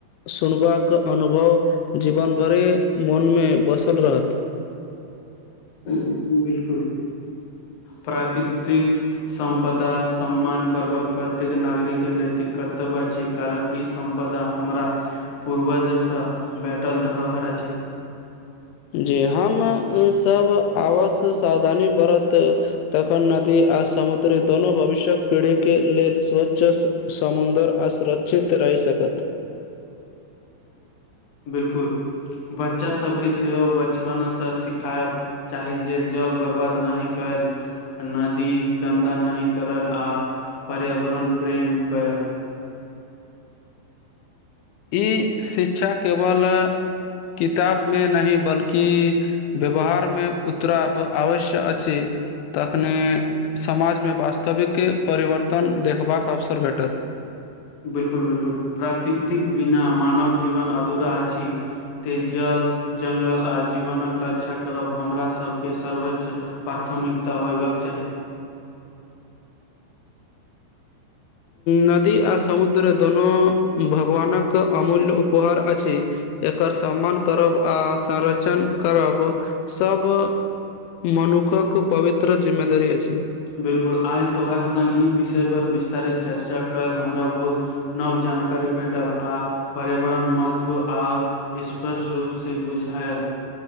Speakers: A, on the left (about 90°); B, on the left (about 70°).
A: सुनबाक अनुभव जीवन भरे मनमे बसल रहत
B: <unintelligible> बिलकुल प्राकृतिक सम्पदा सम्मान करबाक प्रत्येक नागरिकके नैतिक कर्तव्य अछि कारण ई सम्पदा हमरा पूर्वजसँ भेटल धरोहर अछि
A: जी हम सब आवस सावधानी बरत तखन नदी आ समुद्र दोनो भविष्य्यक पीढ़ी के लेल स्वच्छ समुद्र आसुरक्षित रहि सकत
B: बिलकुल बच्चा सभ के सेहो बचपना सँ सिखायब चाही जे जल बरबाद नहि करत। नदी गन्दा नहि करल आ पर्यावरण प्रेम करत।
A: ई शिक्षा केवल किताब में नहि बल्कि। व्यवहार में उतराब आवश्य अछि छै। तखने समाज में वास्तविक परिवर्तन। देखबाक अवसर भेटत
B: बिलकुल बिलकुल प्राकृतिक बिना मानव जीवन अधूरा अछि। ते जल जंगल आ जीवनक रक्षा करब हमरा सभ के सर्वोच्च प्राथमिकता होयबाके चाही।
A: नदी आ समुद्र दोनो भगवानक अमूल्य उपहार अछि। एकर सम्मान करब आ संर्षण करब सभ। मनुखक के पवित्र जिम्मेदारी अछि।
B: बिल्कुल आइ तोहार संग ई विषयपर विस्तारित चर्चा कयल हमरा बहुत। नव जानकारी भेटल आ पर्यावरण महत्व ओर स्पष्ट रूपसँ बुझायल।